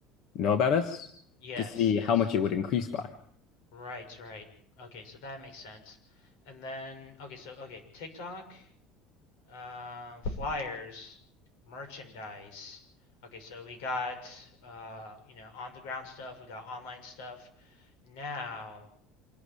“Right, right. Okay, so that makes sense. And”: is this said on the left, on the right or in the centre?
Left